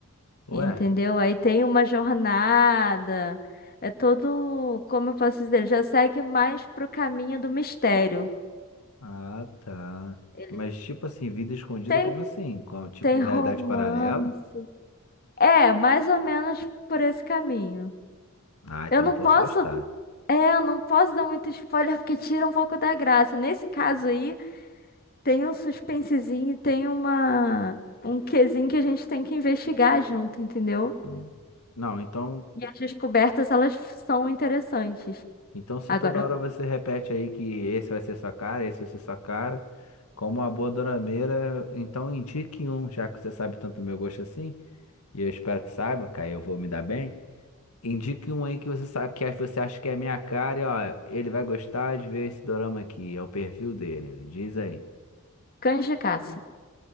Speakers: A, on the left; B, on the left.
A: Ué?
B: entendeu? Aí tem uma jornada, é todo, como eu posso dizer, ele já segue mais pro caminho do mistério.
A: Ah, tá.
B: Ele
A: Mas tipo assim, vida escondida
B: tem,
A: como assim? Com, tipo,
B: tem
A: realidade
B: romance.
A: paralela?
B: É, mais ou menos por esse caminho.
A: Ah, então
B: Eu não
A: eu posso
B: posso,
A: gostar.
B: é, eu não posso dar muito spoiler <laughs> porque tira um pouco da graça. Nesse caso aí, Tem um suspensezinho, e tem uma um quezinho que a gente tem que investigar junto, entendeu?
A: Hum. Não, então,
B: E as descobertas, elas são interessantes.
A: então se
B: Agora,
A: toda hora você repete aí que esse vai ser sua cara, esse vai ser sua cara, como uma boa dorameira, então indique um, já que você sabe tanto meu gosto assim, e eu espero que saiba, que aí eu vou me dar bem. Indique um aí que você sabe que você acha que é a minha cara, e ó, ele vai gostar de ver esse dorama aqui, é o perfil dele. Diz aí.
B: cães de caça.